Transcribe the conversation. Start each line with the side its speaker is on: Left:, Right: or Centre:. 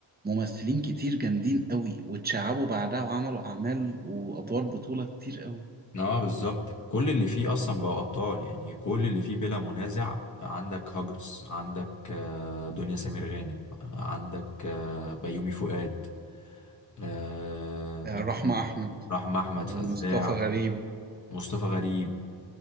Right: ممثلين كتير جامدين قوي واتشعبوا بعدها وعملوا اعمال وادوار بطولة كتير قوي
Left: اه بالظبط كل اللي فيه اصلا بقوا ابطال يعني كل اللي فيه بلا منازع عندك هاجرس عندك آه، دنيا سمير غانم عندك آه، بيومي فؤاد آه، مين
Right: آه، رحمة احمد
Left: رحمة احمد
Right: ومصطفى
Left: فزاع
Right: غريب
Left: مصطفى غريب